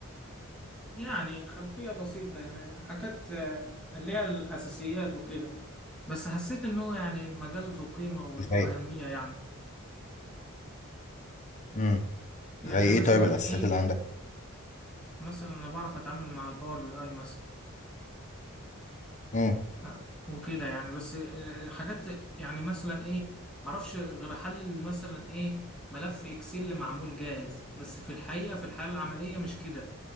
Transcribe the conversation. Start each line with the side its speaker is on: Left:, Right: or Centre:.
Centre: يعني خلفية بسيطة يعني حاجات آه، اللي هي الأساسيات وكده بس حسيت إن هو يعني مجال ذو قيمة وذو
Left: زي
Centre: أهمية يعني
Left: امم
Centre: يعني
Left: زي ايه
Centre: مثلا
Left: طيب الاساسيات
Centre: إيه
Left: اللي عندك
Centre: مثلا أنا بعرف أتعامل مع الباور بي أي مثلا
Left: امم
Centre: آه، وكده يعني بس آه، الحاجات يعني مثلا إيه معرفش غير أحلل مثلا إيه ملف إكسل معمول جاهز بس في الحقيقة في الحالة العملية مش كده